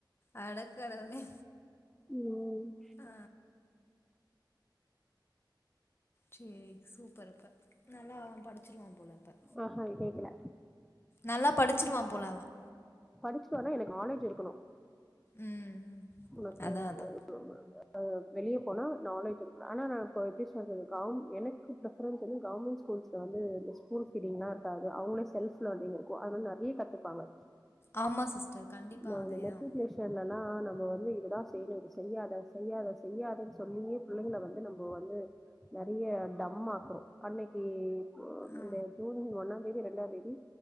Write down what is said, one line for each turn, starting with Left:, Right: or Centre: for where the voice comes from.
Left: அட கடவுளே
Centre: ம்
Left: ஆ சரி சூப்பர்ப்ப நல்லா படிச்சிருவான் போலப்ப
Centre: ஆஹா கேக்கல
Left: நல்லா படிச்சு வச்சுிருவான் போல அவன்
Centre: படிச்சுட்டு வனா எனக்கு நாலேஜ் இருக்கணும்
Left: ம்
Centre: உனக்கு
Left: அதா
Centre: என்
Left: அதா
Centre: <unintelligible> ஆ வெளிய போனா நாலேஜ் இருக்க ஆனா நான் இப்ப எப்படி சொல்றது கவு எனக்கு ப்ிஃபரன்ஸ் வந்து கவர்மெண்ட் ஸ்கூல்ஸ்ல வந்து இந்த ஸ்கூல் ஃபீடிங்லாம் இருக்காது அவங்களே செல்ஃப் லர்னிங் இருக்கும் அதனல்லாம் நிறைய கத்துப்பாங்க
Left: ஆமா சிஸ்டர் கண்டிப்பா
Centre: நான்
Left: அதேதான்
Centre: மெட்ரிகுலேஷன்லலாம் நம்ம வந்து இதுதான் செய்யணும் இது செய்யாத செய்யாத செய்யாதுன்னு சொல்லியே பிள்ளைங்க வந்து நம்ம வந்து நிறைய டம் ஆக்குறோம் அன்னைக்கு
Left: ஆ
Centre: இந்த ஜூன் ஒன்னாம் தேதி இரண்டாம் தேதி